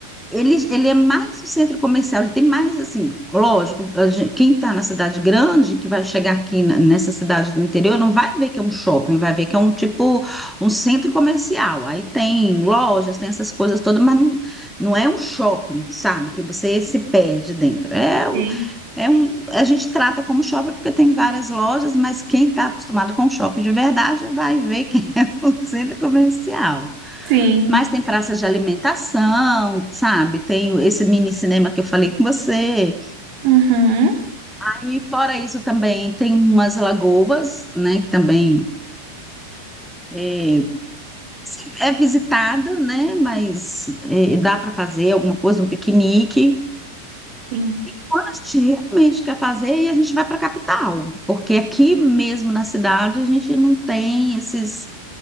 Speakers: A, in the centre; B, on the right (about 45°).
A: ele, ele é mais um centro comercial, ele tem mais assim, lógico, a gen- quem está na cidade grande, que vai chegar aqui na- nessa cidade do interior, não vai ver que é um shopping, vai ver que é um tipo, um centro comercial. Aí tem lojas, tem essas coisas todas, mas não, não é um shopping, sabe? Que você se perde dentro. É, um-
B: Sim.
A: é um, a gente trata como shopping porque tem várias lojas, mas quem está acostumado com shopping de verdade vai ver que <laughs> é um centro comercial.
B: Sim.
A: Mas tem praça de alimentação, sabe? Tem o- esse mini cinema que eu falei com você.
B: Uhum.
A: Aí, fora isso, também tem umas lagoas, né? Que também é, sim, é visitada, né? Mas é, dá para fazer alguma coisa, um piquenique.
B: Sim,
A: E quando a gente realmente quer fazer, aí a gente vai para a capital, porque aqui mesmo na cidade a gente não tem esses,